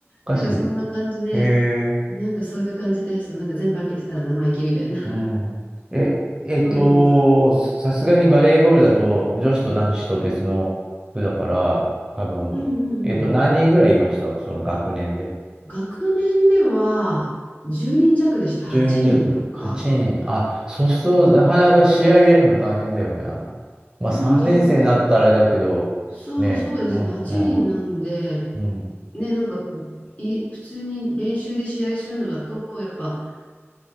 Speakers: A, on the right; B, on the left.
A: かしい。
B: なんかそんな感じで、
A: ええ
B: なんかそういう感じで、そう、なんか全部開けてたら生意気みたいな、<laughs>
A: うん。え、えっと、
B: そういう文化があった。
A: ささすがにバレーボールだと女子と男子と別の部だから、多分、
B: うんうんうん。
A: えっと、何人ぐらいいましたその学年で。
B: 学年では10人弱でした。8人とか。
A: 10人弱、8人。あ、そうすると、なかなか試合出るの大変だよね。あの、まあ、3年生になったらあれだけど、
B: うん、は、そうそうですね。
A: ね、うん、
B: 8人なんで、
A: うん、うん、
B: ね、なんか、い、普通に練習で試合するのだと、やっぱ、